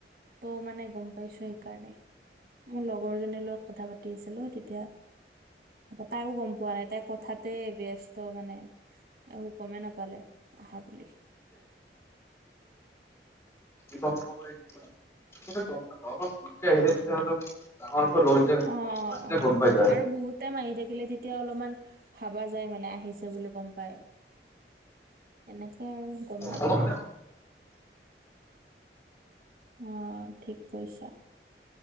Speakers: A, on the right (about 55°); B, on the left (about 15°).
A: ত মানে গম পাইছো সেইকাৰণে। মোৰ লগ লগৰজনীৰ লগত কথা পাতি আছিলো তেতিয়া তাইও গম পোৱা নাই। তাই কথাতে ব্যস্ত মানে। একো গমে নাপালে আহা বুলি।
B: <unintelligible> <unintelligible> গম নাপাও বাট জোৰকে আহিলে তেতিয়া অলপ ডাঙৰকৈ লৰি যায়
A: অ-অ
B: তেতিয়া গম পাই যায়
A: আৰু বহুত বহুত টাইম আহি থাকিলে তেতিয়া অলপমান ভাবা যায় মানে আহিছে বুলি গম পায়। এনেকে আৰু গম নাপায়।
B: অলপ
A: অঁ ঠিক কৈছা।